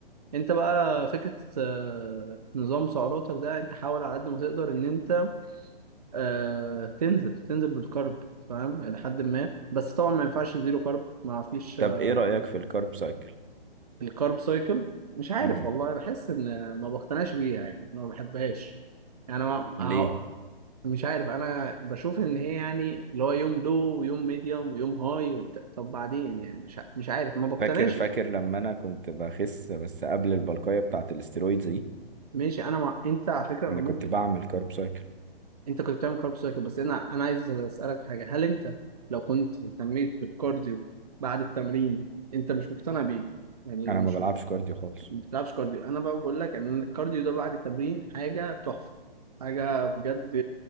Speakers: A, on the right; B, on the right.
A: انت بقى فكرة آه، نظام سعراتك ده انت حاول على قد ما تقدر ان انت آه، تنزل تنزل بالكرب فاهم لحد ما بس طبعا ما ينفعش زيرو كرب ما فيش
B: طب
A: آه،
B: ايه رأيك في الكارب سايكل
A: الكارب سايكل مش عارف
B: امم
A: والله بحس ان ما بقتنعش بيها يعني ما بحبهاش يعني ما
B: ليه
A: ه- مش عارف انا بشوف ان هي يعني اللي هو يوم لو ويوم ميديوم ويوم هاي وبتاع طب بعدين يعني مش ع- مش عارف ما بقتنعش
B: فاكر فاكر لما انا كنت بخس بس قبل البلقايه بتاعت الاسترويدز دي
A: ماشي انا مع... انت على فكرة
B: انا
A: أنا ممكن
B: كنت بعمل كارب سايكل
A: انت كنت بتعمل كارب سايكل بس انا انا عايز اسالك في حاجه هل انت لو كنت اهتميت بالكارديو بعد التمرين انت مش مقتنع بيه يعني لو
B: انا
A: مش
B: ما بلعبش كارديو خالص
A: ما بتلعبش كارديو انا بقى بقول لك ان الكارديو ده بعد التمرين حاجه تحفه حاجه بجد